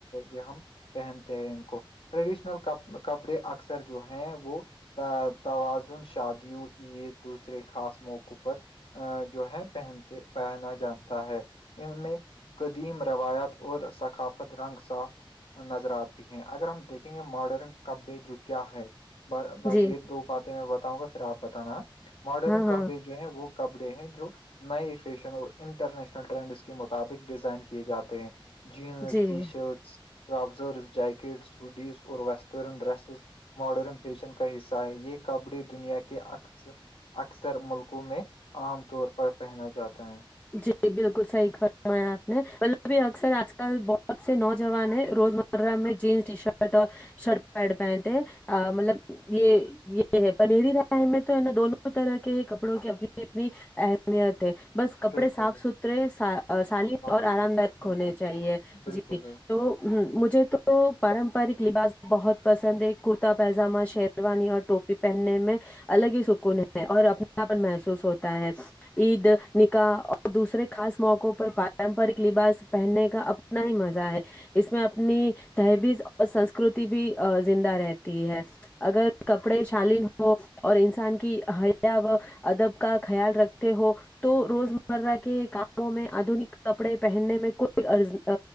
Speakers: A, on the left (about 85°); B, on the left (about 15°).
A: پے ہم پہنتے ہیں ان کو ٹریڈیشنل کپڑے اکثر جو ہیں وہ تا توازن شادیوں عید دوسرے خاص موقعوں پر آ جو ہے پہنتے پہنا جانتا ہے ان میں قدیم روایات اور ثقافت رنگ صاف نظر آت ہیں اگر ہم دیکھیں گے ماڈرن کپ ڈے جو کیا ہے بس
B: جی
A: یے دو باتیں میں بتاؤں گا پھر آپ بتانا ماڈرن
B: ہاں ہاں
A: کپڑے جو ہے وہ کپڑے ہیں جو نئے فیشن اور انٹرنیشنل ٹرینڈس کے مطابق ڈیزائن کیے جاتے ہیں جینز
B: جی
A: ٹی شرٹس ٹرازرز جیکٹ سڈیز اور ویسٹرن ڈریس ماڈرن فیشن کا حصہ ہے یے کپڑے دنیا کے اکثر اکثر ملکوں میں عام طور پر پہنا جاتا ہے
B: جی بالکل صحیح فرمایا آپ نے <unintelligible> ابھی اکثر آج کل بہت سے نوجوان ہیں روزمر جینس ٹی شرٹ اور شرٹ پینٹ پہنتے مطلب یے یے ہے پر میری رائے میں تو ہے نا دونوں طرح کے کپڑوں کی اپنی اپنی اہمیت ہے بس
A: بالکل
B: کپڑے صاف ستھرے سالین
A: ہاں
B: اور آرام دائک
A: بالکل
B: ہونے چاہیے
A: بالکل
B: جی
A: بالکل
B: تو مجھے تو پارمپرک لباس بہت پسند ہے کرتا پیجامہ شیر وانی اور ٹوپی پہننے میں الگ ہی سکون ہے اور اپناپن محسوس ہوتا ہے عید
A: بالکل
B: نک کا اور دوسرے خاص موقعوں پر پارمپرک لباس پہننے کا اپنا ہی مزہ ہے اس میں اپنی تہبیز اور سنسکرتی بھی زندہ رہتی ہے اگر کپڑے شالین ہو اور انسان کی حیا و ادب کا خیال رکھتے ہو تو روزمرہ کے کاموں میں آدھنک کپڑے پہنے میں کوئی عرض آ